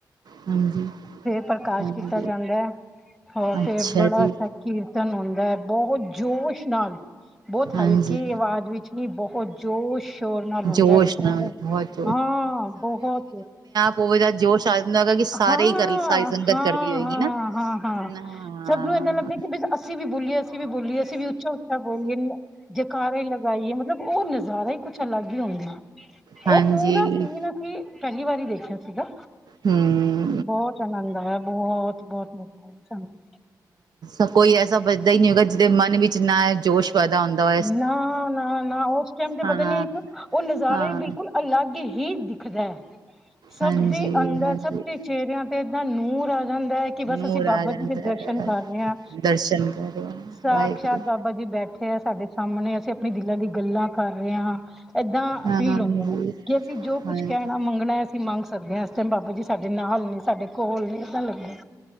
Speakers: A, on the right; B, in the centre.
A: ਹਾਂਜੀ,
B: ਤੇ ਪ੍ਰਕਾਸ਼
A: ਹਾਂਜੀ,
B: ਕੀਤਾ ਜਾਂਦਾ ਐ। ਹੋਰ
A: ਅੱਛਾ
B: ਫਿਰ ਬੜਾ
A: ਜੀ,
B: ਅੱਛਾ ਕੀਰਤਨ ਹੁੰਦਾ ਹੈ। ਬਹੁਤ ਜੋਸ਼ ਨਾਲ ਬਹੁਤ
A: ਹਾਂਜੀ।
B: ਹਲਕੀ ਆਵਾਜ਼ ਵਿੱਚ ਨ ਬਹੁਤ ਜੋਰ ਸ਼ੋਰ ਨਾਲ ਹੁੰਦਾ
A: ਜੋਸ਼
B: ਹੈ। ਬਹੁ
A: ਨਾਲ ਬਹੁਤ
B: ਹਾਂ ਬਹੁਤ
A: ਕੋਿ ਦਾ ਜੋਸ਼ ਆ ਜਾਂਦਾ ਹੈਗਾ ਕਿ ਸਾਰੇ
B: ਹਾਂ,
A: ਹੀ ਕਰ ਸਾਰੀ ਸੰਗਤ
B: ਹਾਂ,
A: ਕਰਦੀ ਹੋਏਗੀ
B: ਹਾਂ,
A: ਨਾ
B: ਹਾਂ, ਹਾਂ।
A: ਹਾਂ
B: ਸਭ ਨੂੰ ਏਦਾਂ ਲੱਗਦਾ ਕਿ ਬ ਅਸੀਂ ਵੀ ਬੋਲੀਏ, ਅਸੀਂ ਵੀ ਬੋਲੀਏ, ਅਸੀਂ ਵੀ ਉੱਚਾ-ਉੱਚਾ ਬੋਲੀਏ, ਜੈਕਾਰੇ ਲ ਗਾਈਏ, ਮਤਲਬ, ਔ ਨਜ਼ਾਰਾ ਈ ਕੁਛ ਅਲੱਗ ਹੀ ਹੁੰਦਾ,
A: ਹਾਂਜੀ
B: ਔ ਪੂਰਾ ਸੀਨ ਕੀ ਪੈਲੀ ਵਾਰ ਈ ਦੇਖਿਆ ਸੀਗਾ।
A: ਹੁੰ।
B: ਬੋਤ ਆਨੰਦ ਆਇਆ, ਬੋਤ-ਬੰਤ ਮਜ਼ਾ ਆਇਆ, ਸਾਨੂੰ।
A: ਅ ਕੋਈ ਐਸਾ ਬਚਦਾ ਈ ਨੀ ਹੋਗਾ, ਜਿਦੇ ਮਨ ਵਿੱਚ ਨਾ, ਐ ਜੋਸ਼ ਪੈਦਾ ਹੁੰਦਾ ਹੋ
B: ਨਾ-ਨਾ-ਨਾ, ਔਸ ਟੈਮ ਤੇ
A: ਹਾਂ
B: ਪਤਾ ਨੀ ਇੱਕ, ਔ ਨਜ਼ਾਰਾ
A: ਹਾਂ
B: ਈ ਬਿਲਕੁਲ ਅਲੱਗ ਹੀ ਦਿਖਦਾ ਹੈ, ਸਭ
A: ਹਾਂਜੀ
B: ਦੇ ਅੰਦਰ
A: ਹਾਂਜੀ
B: ਸਭ ਦੇ ਚੇਹਰਿਆਂ ਏਦਾ ਨੂਰ ਆ ਜਾਂਦਾ ਐ। ਕਿ ਬਸ
A: ਨੂਰ
B: ਅਸੀਂ ਬਾਬਾ
A: ਆ ਜਾਂਦਾ
B: ਜੀ ਦੇ
A: ਹੈ,
B: ਦਰਸ਼ਨ ਕਰ ਰੇ ਆਂ,
A: ਦਰਸ਼ਨ ਕਰੋ
B: ਸਾਕਸ਼ਾਤ
A: ਵਾਹਿਗੁਰੂ
B: ਬਾਬਾ ਜੀ ਬੈਠੇ ਆ ਸਾਡੇ ਸਾਮਣੇ, ਅਸੀਂ ਆਪਣੀ ਦਿਲਾਂ ਦੀ ਗੱਲਾਂ ਕਰ ਰੇ ਆਂ। ਏਦਾਂ
A: ਹਾਂ
B: ਫੀਲ
A: ਹਾਂਜੀ
B: ਹੁੰਦਾ ਐ, ਕਿ ਅਸੀਂ ਜੋ
A: ਹਾਂਜੀ,
B: ਕੁੱਝ ਕੈਣਾ ਮੰਗਣਾ ਅਸੀਂ ਮੰਗ ਸਕਦੇ ਆਂ, ਇਸ ਟੈਮ ਬਾਬਾ ਜੀ ਸਾਡੇ ਨਾਲ ਨੇ, ਸਾਡੇ ਕੋਲ ਨੇ ਏਦਾਂ ਲੱਗਿਆ।